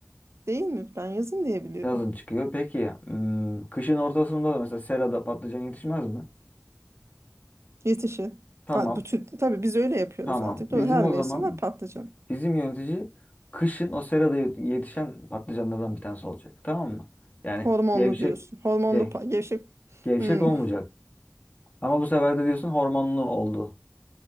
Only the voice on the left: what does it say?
Yazın çıkıyor. Peki hmm, kışın ortasında da mesela serada patlıcan yetişmez mi?
Tamam.
Tamam.
Bizim
o
zaman
bizim yönetici kışın o serada yet- yetişen patlıcanlardan bir tanesi olacak. Tamam mı? Yani
gevşek
ge-
gevşek
olmayacak. Ama bu sefer de diyorsun hormonlu oldu.